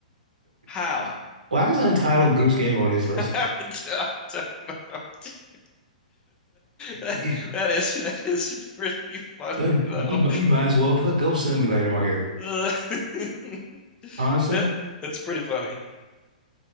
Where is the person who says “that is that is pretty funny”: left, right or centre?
Left